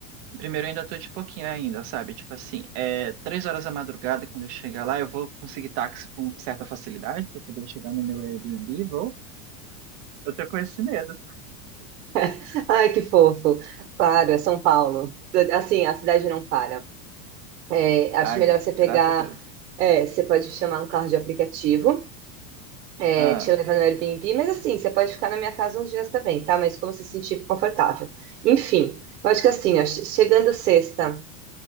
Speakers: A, on the right; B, on the right.
A: Primeiro, eu ainda tô de pouquinho ainda, sabe? Tipo assim, é, três horas da madrugada, quando eu chegar lá, eu vou conseguir táxi com certa facilidade para poder chegar no meu Airbnb, vou. Eu tô com esse medo.
B: <laughs> Ai, que fofo. Claro, é São Paulo. Assim, a cidade não para. É, acho
A: Ah,
B: melhor
A: gra-
B: você pegar.
A: graças a Deus.
B: é, você pode chamar um carro de aplicativo. é,
A: Ah,
B: te levar no Airbnb, mas assim, você pode ficar na minha casa uns dias também, tá? Mas como se sentir confortável. Enfim, eu acho que assim, ó, che- chegando sexta